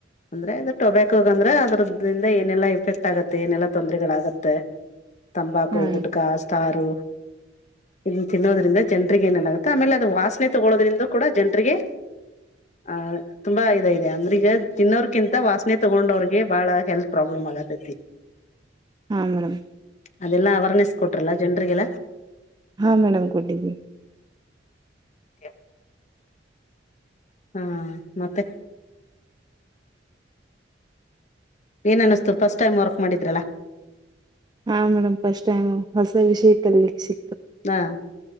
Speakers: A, on the left (about 40°); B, on the right (about 25°).
A: ಅಂದ್ರೆ ಇದು ಟೊಬ್ಯಾಕೊ ಅಂದ್ರೆ ಅದ್ರದ್ದ ಏನೆಲ್ಲಾ ಇಫೆಕ್ಟ್ ಆಗುತ್ತೆ ಏನೆಲ್ಲಾ ತೊಂದರೆಗಳಾಗತ್ತೆ ತಂಬಾಕು
B: ಹಾ
A: ಗುಟಕಾ ಸ್ಟಾರು ಇದನ್ನ ತಿನ್ನೋದ್ರಿಂದ ಜನ್ರಿಗೆ ಏನನಾಗುತ್ತೆ ಆಮೇಲೆ ಅದು ವಾಸನೆ ತಗೊಳೋದ್ರಿಂದ ಕೂಡ ಜನ್ರಿಗೆ ಆಹ ತುಂಬಾ ಇದ ಇದೆ ಅಂದ್ರೆ ಈಗ ತಿನ್ನೋರ್ಕಿಂತ ವಾಸನೆ ತಗೊಂಡವಿಗೆ ಬಾಳ ಹೆಲ್ತ್ ಪ್ರಬ್ಲ ಆಗ
B: ಹಾ ಮೇಡಮ್
A: ಅದೆಲ್ಲಾ ಅವರ್ನೆಸ್ ಕೊಟ್ರಲ್ಲ ಜನ್ರಿಗೆಲ್ಲ
B: ಹಾ ಮೇಡಮ್ ಕೊಟ್ಟಿದ್ವಿ
A: ಕ ಹಾ ಮತ್ತೆ ಏನ ಅನಿಸ್ತು ಫಸ್ಟ್ ಟೈಮ್ ವರ್ಕ್ ಮಾಡಿದ್ರಲ್ಲಾ
B: ಹಾ ಮೇಡಮ್ ಫಸ್ಟ್ ಟೈಮ್ ಹೊಸ ವಿಷಯ ಕಲಿಕ್ ಸಿ
A: ಹಾ